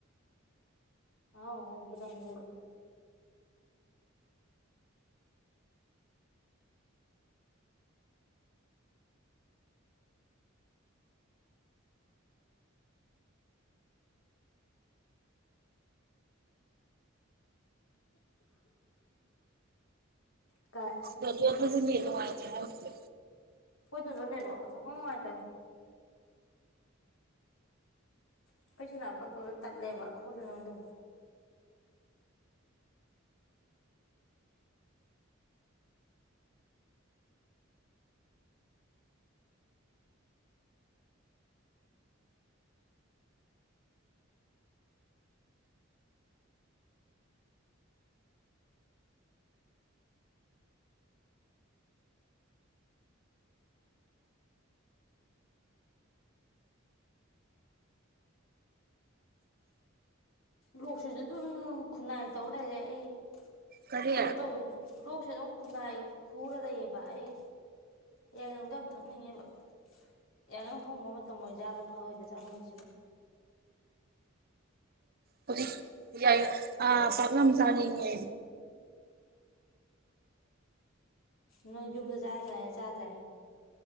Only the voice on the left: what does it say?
ꯑꯍꯥꯎ ꯑꯍꯥꯎ <unintelligible> ꯀꯥꯏ
ꯈꯣꯏꯗꯁꯨ ꯅꯦꯠꯋꯥꯛ ꯁꯨꯛꯅꯨꯡ ꯅꯨꯡꯉꯥꯏꯇꯃꯦ ꯑꯩꯈꯣꯏꯁꯨ ꯅꯍꯥꯟ ꯄꯠ ꯄꯠ ꯄꯠ ꯇꯠꯂꯦꯕ ꯑꯩꯈꯣꯏ ꯁꯣꯅꯣꯟꯗꯣ ꯂꯣꯛꯁꯤꯖꯨ ꯑꯗꯨꯝ ꯈꯨꯟꯅꯥꯏ ꯇꯧ ꯂꯩꯔꯦ ꯑꯩ
ꯀꯩꯅꯣ ꯇꯧꯒꯤꯗ ꯂꯣꯛꯁꯦ ꯑꯗꯨꯝ ꯈꯨꯟꯅꯥꯏ ꯈꯨꯔ ꯂꯩꯑꯕ ꯑꯩ ꯌꯥꯏꯉꯪꯗꯣ ꯌꯥꯝ ꯊꯛꯅꯤꯡꯉꯦꯕ ꯌꯥꯏꯉꯪ ꯐꯪꯕ ꯃꯇꯝ ꯑꯣꯏꯖꯥꯠꯂꯣ ꯐꯑꯣꯏꯗ ꯖꯥꯠꯂꯣ ꯍꯧꯖꯤꯛꯁꯤꯕꯣ
ꯅꯪ ꯌꯨꯝꯗ ꯆꯥꯇꯔꯦ ꯍꯥꯏꯔ ꯆꯥꯗ꯭ꯔꯦ